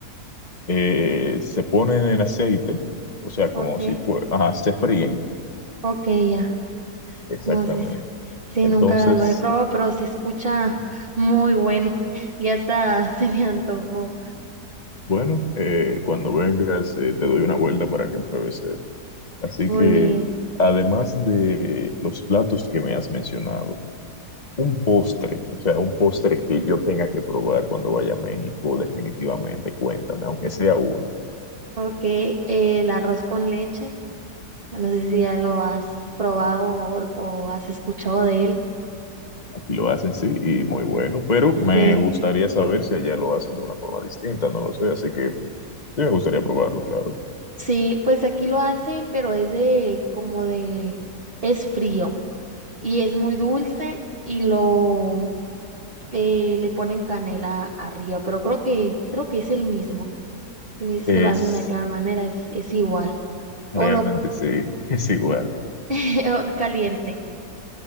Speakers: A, on the left; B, on the right.
A: eh, se ponen en aceite, o sea,
B: Ok,
A: como si fuera, ajá, se fríen,
B: ok, ya.
A: exactamente.
B: No, sí, sí, sí,
A: Entonces,
B: nunca lo he probado, pero se escucha muy bueno. Ya está, <laughs> se me antojó.
A: bueno, eh, cuando vengas, eh, te doy una vuelta para que pruebes eso. Así
B: Muy
A: que,
B: bien.
A: además de los platos que me has mencionado, un postre, o sea, un postre que yo tenga que probar cuando vaya a México, definitivamente, cuéntame, aunque sea uno.
B: Ok, eh, el arroz con leche. No sé si ya lo has probado o, o has escuchado de él.
A: Aquí lo hacen, sí, y muy bueno, pero me
B: Sí,
A: gustaría saber si allá lo hacen de una forma distinta, no lo sé, así que sí me gustaría probarlo, claro.
B: sí, pues aquí lo hacen, pero es de como de, es frío y es muy dulce y lo eh, le ponen canela arriba, pero creo que, creo que es el mismo. Si me dices
A: Es
B: que lo hacen de cada manera, es, es igual.
A: realmente
B: O lo
A: sí, <laughs> es igual.
B: <laughs> o caliente.